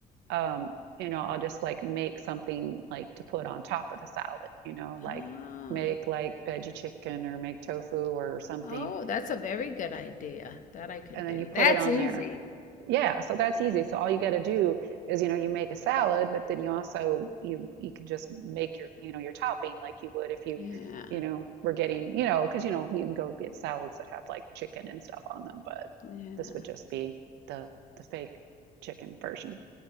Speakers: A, on the right; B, on the left.
A: um, you know, I'll just like make something like to put on top of the salad, you know, like
B: Ah.
A: make like veggie chicken or make tofu or something,
B: Oh, that's a very good idea. That I could
A: and
B: do.
A: then you put
B: That's
A: it on
B: easy.
A: there. Yeah, so that's
B: Yeah.
A: easy. So all you got to do is, you know, you make a salad, but then you also you you can just make your, you know, your topping like you would if you,
B: Yeah.
A: you know, were getting, you know, because you know, you can go get salads that have like chicken and stuff on them, but
B: Yeah.
A: this would just be the the fake chicken version.